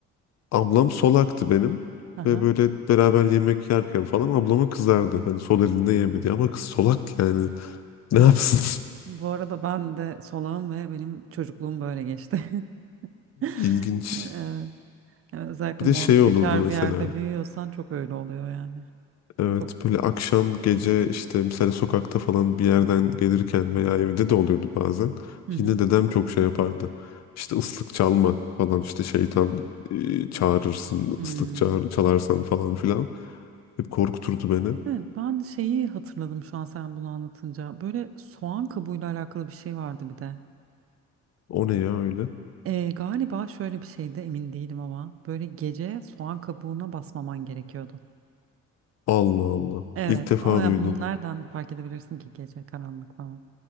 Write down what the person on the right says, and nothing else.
Aha,
evet.
Bu arada ben de solağım ve benim çocukluğum böyle geçti. <laughs>
Evet. Yani özellikle
muhafazakar
bir yerde büyüyorsan çok öyle oluyor yani.
Çok.
Hı hı.
Hmm.
Evet, ben şeyi hatırladım şu an sen bunu anlatınca. Böyle soğan kabuğuyla alakalı bir şey vardı bir de.
Ee, galiba şöyle bir şeyde emin değilim ama böyle gece soğan kabuğuna basmaman gerekiyordu.
Evet
ama ya
bunu nereden fark edebilirsin ki gece karanlık falan.